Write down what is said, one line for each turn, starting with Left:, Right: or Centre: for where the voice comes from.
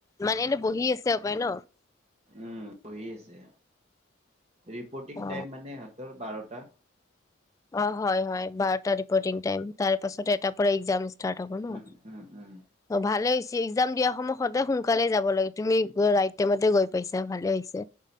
Left: মানে এনেই বহি আছে বাই ন
Right: উম বহি আছে ৰিপৰ্তিং
Left: অ
Right: টাইম মানে সিহঁতৰ বাৰটা, টা,
Left: অহ, হয় -হয় বাৰটা ৰিপৰ্টিং টাইম। তাৰ পাছত এটাৰ পৰা এক্সাম আছ, ষ্টাৰ্ট হব ন',
Right: উম উম
Left: অহ, ভালে ইক্সাম দিয়া সময় সদায় সোনকালে যাব লাগে, তুমি গৈ ৰাইট টাইমতে গৈ পাইছা ভালে হৈছে।